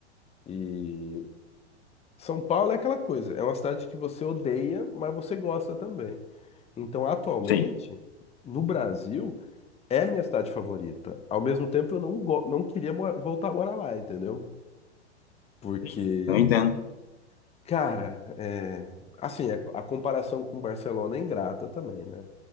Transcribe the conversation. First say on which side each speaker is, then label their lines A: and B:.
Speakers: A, on the left; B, on the left.
A: E São Paulo é aquela coisa, é uma cidade que você odeia, mas você gosta também. Então, atualmente,
B: sim.
A: no Brasil, é a minha cidade favorita. Ao mesmo tempo, eu não, go- não queria mo- voltar a morar lá, entendeu? Porque,
B: Sim. Eu entendo.
A: cara, é, assim, a, a comparação com Barcelona é ingrata também, né?